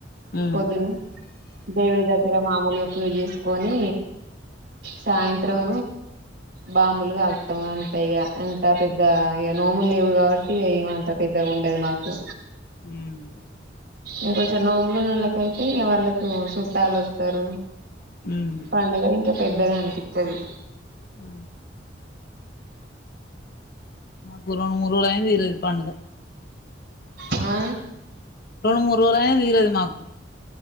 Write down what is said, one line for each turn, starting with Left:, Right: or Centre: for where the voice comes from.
Left: ఆ
Right: పొద్దున దేవుడి దగ్గర మామూలుగా పూజ చేసుకొని సాయంత్రం బాంబులు కలుస్తాం. అంతే ఇగ అంత పెద్ద ఇగత నోములు లేవు, కాబట్టి అ అంత పెద్దగా ఉండద్ మాకు.
Left: హ్మ్
Right: ఇగ కొంచం నోములు ఉన్నవాళ్ళకైతే ఇగ వాళ్ళక్ హు సుట్టాలు వస్తరు
Left: ఉమ్
Right: పండగ ఇంక పెద్దగా అనిపిత్తది
Left: హ్ మాక్ రెండు మూడు రోజులు అయినా తీరద్ పండుగ
Right: ఆ
Left: రెండు మూడు రోజులయినా తీరద్ మాకు